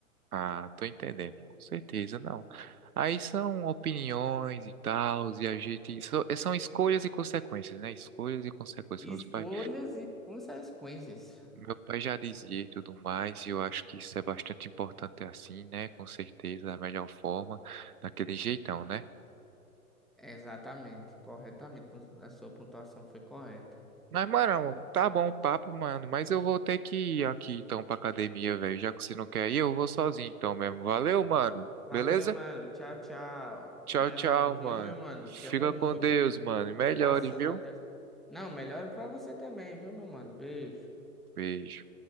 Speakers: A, on the right; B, in the centre.
A: Ah, tô entendendo, com certeza, não. Aí são opiniões e tal, e a gente. so- eh, São escolhas e consequências, né? Escolhas e consequências.
B: Escolhas
A: Meus pai,
B: e consequências.
A: meu pai já dizia e tudo mais, e eu acho que isso é bastante importante assim, né? Com certeza, da melhor forma, daquele
B: Hum.
A: jeitão, né?
B: Exatamente, corretamente. A sua pontuação foi correta.
A: Mas, mano, tá bom o papo, mano, mas eu vou ter que ir aqui então pra academia, velho. Já que você não quer ir, eu vou sozinho então mesmo. Valeu, mano.
B: Valeu,
A: Beleza?
B: mano. Tchau, tchau.
A: Tchau,
B: Te
A: tchau,
B: amo, viu,
A: mano.
B: meu mano? Te
A: Fica
B: amo muito,
A: com Deus,
B: viu?
A: mano. E melhores,
B: Graças
A: viu?
B: a Deus. Não, melhor pra você também, viu, meu mano? Beijo.
A: Beijo.